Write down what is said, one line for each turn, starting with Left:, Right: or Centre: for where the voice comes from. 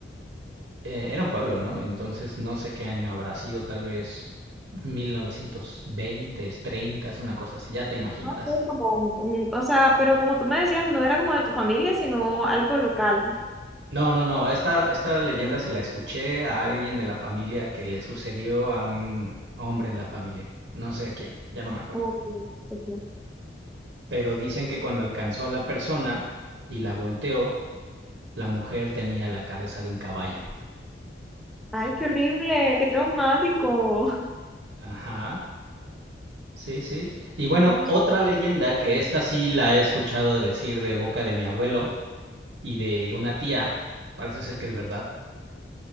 Right: Eh, era un pueblo, ¿no? Entonces no sé qué año habrá sido, tal vez 1920, 30, una cosa así, ya te imaginarás.
Centre: Ah, ok, como un- un- o sea, pero como tú me decías, no era como de tu familia, sino algo local.
Right: No, no, no, esta, esta leyenda se la escuché a alguien de la familia que le sucedió a un hombre en la familia, no sé a quién, ya no me acuerdo.
Centre: Ok, ok.
Right: Pero dicen que cuando alcanzó a la persona y la volteó, la mujer tenía la cabeza de un caballo.
Centre: Ay, qué horrible, qué traumático.
Right: Ajá. Sí, sí. Y bueno,
Centre: No, o
Right: otra
Centre: sea,
Right: leyenda
Centre: ok,
Right: que esta sí la he escuchado decir de boca de mi abuelo y de una tía, parece ser que es verdad,